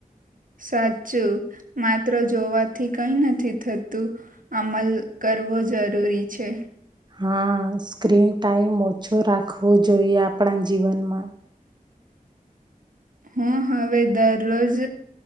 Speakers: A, on the right; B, on the right.
A: સાચું માત્ર જોવાથી કઈ નથી થતું અમલ કરવો જરૂરી છે
B: હા સ્ક્રીન ટાઈમ ઓછો રાખવો જોઈએ આપણા જીવનમાં
A: હું હવે દરરોજ